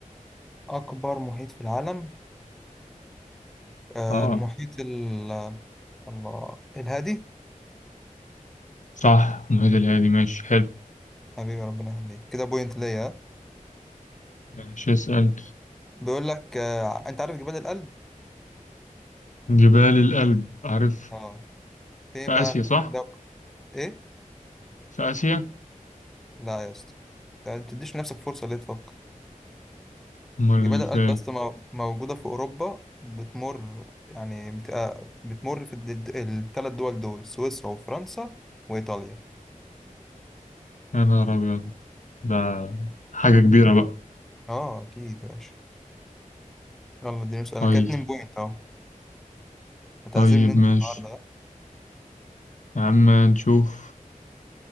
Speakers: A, in the centre; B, on the left (about 65°).
A: اكبر محيط في العالم آه
B: اه
A: المحيط
B: آه.
A: ال الله الهادي
B: صح المحيط الهادي ماشي حلو
A: حبيبي ربنا يخليك كده بوينت ليا ها؟
B: ماشي اسأل
A: بيقول لك آه انت عارف جبال الألب
B: جبال الألب عارف
A: اه فين
B: في
A: بقى
B: آسيا صح؟
A: ده ايه
B: في آسيا؟
A: لا يا اسطى انت ما تديش نفسك فرصة ليه تفكر
B: أمال
A: جبال الألب
B: في إيه؟
A: بس مو- موجودة في أوروبا بتمر يعني بتبقى بتمر في الثلاث دول دول سويسرا وفرنسا وإيطاليا
B: يا نهار أبيض ده حاجة كبيرة بقى
A: اه أكيد يا باشا يلا اديني سؤال
B: طيب
A: أنا كده اتنين بوينت أهو هتعزمني
B: طيب
A: أنت
B: ماشي
A: النهاردة ها؟
B: يا عم نشوف